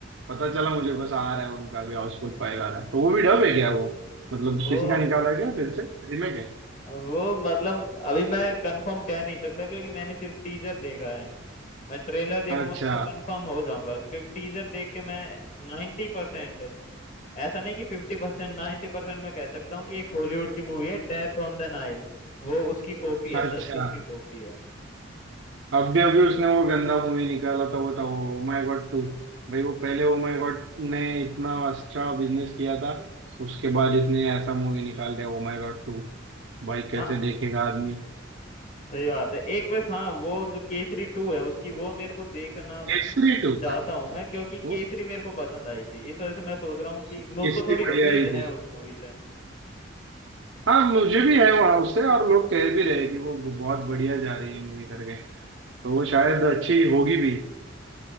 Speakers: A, on the right; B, on the left.
A: पता
B: हम्म
A: चला मुझे बस आ रहा है उनका अभी हाउसफुल फाइव आ रहा है तो वो भी डब है क्या वो मतलब
B: वो
A: किसी का निकाला है क्या फिर से रीमेक है
B: वो मतलब अभी मैं कंफर्म कह नहीं सकता क्योंकि मैंने सिर्फ टीजर देखा है मैं ट्रेलर देखूंगा
A: अच्छा
B: तो मैं कंफर्म हो जाऊंगा क्योंकि टीजर देख के मैं नाइन्टी परसेंट ऐसा नहीं कि फिफ्टी परसेंट नाइन्टी परसेंट मैं कह सकता हूँ कि एक हॉलीवुड की मूवी है डेथ ऑन द नाइल वो उसकी कॉपी है
A: अच्छा
B: जस्ट उसकी कॉपी है
A: अभी अभी उसने वो गंदा मूवी निकाला था वो था वो ओ माय गॉड टू भाई वो पहले ओ माय गॉड ने इतना अच्छा बिजनेस किया था उसके बाद इसने ऐसा मूवी निकाल दिया ओ माय गॉड टू भाई कैसे
B: हाँ
A: देखेगा आदमी
B: सही बात है एक बस हाँ वो जो केसरी टू है उसकी वो मेरे को देखना
A: केसरी टू
B: चाहता
A: भाई
B: हूँ मैं क्योंकि केसरी
A: वो
B: मेरे को पसंद आई थी इस वजह से मैं सोच रहा हूँ कि
A: केसरी
B: मुझको थोड़ी
A: बढ़िया
B: उम्मीद
A: ही
B: है
A: थी
B: उस मूवी से
A: हाँ मुझे भी है वहां उससे और लोग कह भी रहे कि वो बहुत बढ़िया जा रही है मूवी करके तो वो शायद अच्छी होगी भी